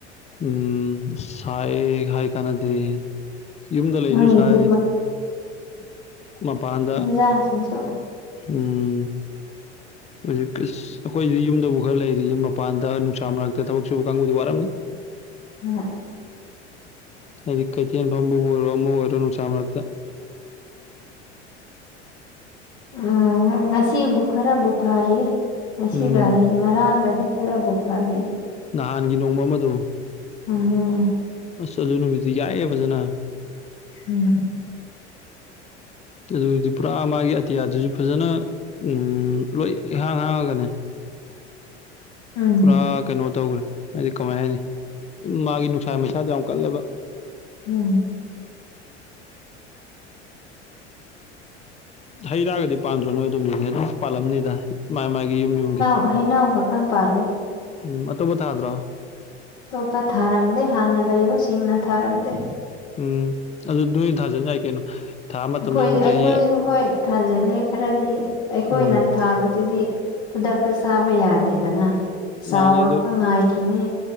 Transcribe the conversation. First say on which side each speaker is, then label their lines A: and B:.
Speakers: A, on the left (about 20°); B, on the left (about 60°).
A: ꯎꯝ ꯁꯥꯏꯌꯦꯍꯥꯏ ꯀꯥꯟꯅꯗꯦ ꯌꯨꯝꯗ ꯂꯩꯔꯁꯨ
B: ꯅꯣꯏꯒꯤꯗꯤ
A: ꯁꯥꯏ ꯃꯄꯥꯟꯗ
B: ꯖꯥꯡꯁꯤꯡꯁꯣ
A: ꯎꯝ ꯍꯧꯖꯤꯛ ꯀꯤꯁ ꯑꯈꯣꯏꯁꯗꯤ ꯌꯨꯝꯗꯕꯨ ꯈꯔ ꯂꯩꯔꯤꯌꯦ ꯃꯄꯥꯟꯗ ꯅꯨꯡꯁꯥ ꯃꯔꯛꯇ ꯊꯕꯛ ꯁꯨꯕ ꯀꯥꯡꯕꯨꯗꯤ ꯋꯥꯔꯝꯅꯤ
B: ꯍꯣꯏ
A: ꯍꯥꯏꯗꯤ ꯀꯩꯊꯦꯜ ꯐꯝꯕꯕꯨ ꯑꯣꯏꯔꯣ ꯑꯃ ꯑꯣꯏꯔꯣ ꯅꯨꯡꯁꯥ ꯃꯔꯛꯇ
B: ꯑꯍꯥ ꯉꯁꯤꯕꯨ ꯈꯔꯕꯨ ꯐꯔꯤꯌꯦ ꯉꯁꯤꯒ
A: ꯎꯝ
B: ꯍꯩ ꯉꯔꯥꯡꯒꯗꯤ ꯈꯔꯕꯨ ꯐꯔꯤ
A: ꯅꯍꯥꯟꯒꯤ ꯅꯣꯡꯃ ꯑꯃꯗꯣ
B: ꯑꯗꯨꯅꯦ
A: ꯑꯁ ꯑꯗꯨ ꯅꯨꯃꯤꯠꯇꯨ ꯌꯥꯛꯑꯦ ꯐꯖꯅ
B: ꯎꯝ
A: ꯑꯗꯨꯗꯤ ꯄꯨꯔꯥ ꯃꯥꯒꯤ ꯑꯇꯤꯌꯥꯗꯨꯁꯨ ꯐꯖꯅ ꯎꯝ ꯂꯣꯏ ꯏꯍꯥꯡ ꯍꯥꯡꯉꯒꯅꯦ
B: ꯎꯝ
A: ꯄꯨꯔꯥ ꯀꯩꯅꯣ ꯇꯧꯈ꯭ꯔꯦ ꯍꯥꯏꯗꯤ ꯀꯃꯥꯏ ꯍꯥꯏꯅꯤ ꯃꯥꯒꯤ ꯅꯨꯡꯁꯥ ꯃꯩꯁꯥꯗ ꯌꯥꯝ ꯀꯜꯂꯦꯕ
B: ꯎꯝ
A: ꯍꯩ ꯔꯥꯒꯗꯤ ꯄꯥꯟꯗ꯭ꯔꯣ ꯅꯣꯏ ꯑꯗꯨꯝꯒꯤꯗꯤ ꯑꯗꯨꯝ ꯄꯥꯜꯂꯝꯅꯤꯗ ꯃꯥꯏ ꯃꯥꯥꯏꯒꯤ ꯌꯨꯝ ꯌꯨꯝꯒꯤ
B: ꯑꯣ ꯍꯩꯅꯧ ꯈꯛꯇꯪ ꯄꯥꯜꯂꯦ
A: ꯎꯝ ꯑꯇꯣꯞꯄ ꯊꯥꯗ꯭ꯔꯣ
B: ꯑꯇꯣꯞꯄ ꯊꯥꯔꯝꯗꯦ ꯍꯥꯟꯅ ꯂꯩꯕꯁꯤꯡꯅ ꯊꯥꯔꯝꯗꯦ
A: ꯎꯝ ꯑꯗꯨ ꯅꯣꯏ ꯊꯥꯖꯟ ꯌꯥꯏ ꯀꯩꯅꯣ ꯊꯥ ꯃꯇꯝꯗ
B: ꯑꯩꯈꯣꯏ
A: ꯑꯗꯨꯝ ꯆꯍꯤ
B: ꯑꯩꯈꯣꯏꯁꯨ ꯍꯣꯏ ꯊꯥꯖꯟꯂꯦ ꯈꯔꯗꯤ ꯑꯩꯈꯣꯏꯅ
A: ꯎꯝ
B: ꯊꯥꯕꯗꯨꯗꯤ ꯈꯨꯗꯛꯇ ꯆꯥꯕ ꯌꯥꯗꯦꯗꯅ ꯆꯥꯎꯔꯛꯄ
A: ꯃꯥꯅꯦ ꯑꯗꯨ
B: ꯉꯥꯏꯈꯤꯅꯤ